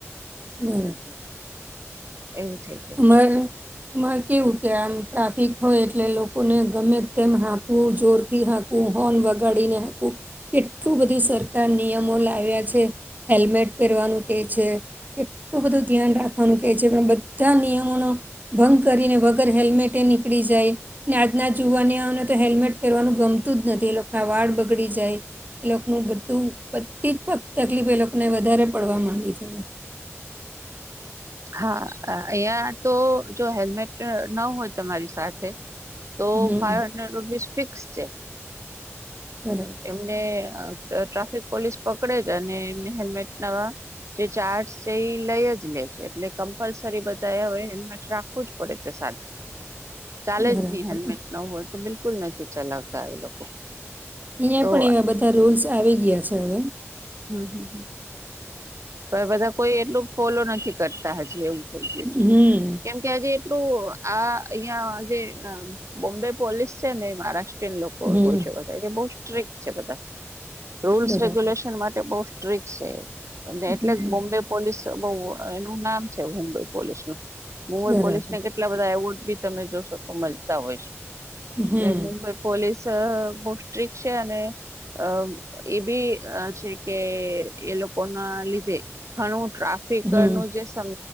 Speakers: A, on the right; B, on the right.
A: બરાબર
B: એવું થઈ ગયું
A: <unintelligible>
B: છે
A: માં કેવું કે આમ ટ્રાફિક હોય એટલે લોકોને ગમે તેમ હાંકવું જોરથી હાક કુંહોન વગડીને કેટલું બધું સરકાર નિયમો લાવ્યા છે હેલ્મેટ પહેરવાનું કે છે. કેટલું બધું ધ્યાન રાખવાનું કેહે છે પણ બધા નિયમોનો ભંગ કરીને વગર હેલ્મેટે નીકળી જાય. ને આજના જોવાની આવ ને તો હેલ્મેટ પહેરવાનું ગમતું જ નથી એ લોકો ના વાળ બગડી જાય. એ લોકોનું બધું બધી જ ફક્ત તકલીફ એ લોકોને વધારે પડવા માંડી છે.
B: હા અહિયાં તો જો હેલ્મેટ ન હોય તમારી સાથે તો
A: હમ
B: ફાઇવ હન્ડ્રેડ રૂપીઝ ફિક્સ છે.
A: બરા.
B: એમને અ ટ્રાફિક પોલીસ પકડે જ અને એમને હેલ્મેટ નાવા જે ચાર્જ છે એ લઈ જ લે છે એટલે. કમ્પલસરી બધા હવે હેલ્મેટ રાખવું જ પડે છે સાથ ચાલે
A: બરાબર
B: જ નહી
A: બરાબર
B: હેલ્મેટ. ન હોય તો બિલકુલ નથી ચલાવતા એ લોકો
A: અહીંયા
B: તો
A: પણ એવા બધા રૂલ્સ આવી ગયા છે હવે.
B: હમ હમ. પણ બધા કોઈ એટલું ફોલો નથી કરતા હજી એવું થઈ ગયું છે
A: હમ
B: કેમ. કે આજે એટલું આ અહિયાં જે અ બોમ્બે પોલીસ છે ને મહારાષ્ટ્રીયન લોક બઉ
A: હમ
B: હોય છે વઘારે બઉ સ્ટ્રિક છે બધા રૂલ્સ
A: બરાબર
B: રેગ્યુલેશન માટે બઉ. સિ્ટક છે અમને એટલે
A: હમ
B: બોમ્બે. પોલીસ બઉ એનું નામ છે મુંબઈ પોલીસ નું મુંબઈ
A: બરાબર
B: પોલીસ ને કે. એટલા બધા એવોર્ડ બી તમે જોશો મળતા હોય છે
A: હમ
B: ને મુંબઈ. પોલીસ અ બઉ સ્ટિક છે અને. અ એ બી અ છે કે એ લોક. ઓના લીધે ઘણું ટ્રાફિક
A: હમ
B: નું જે. સમ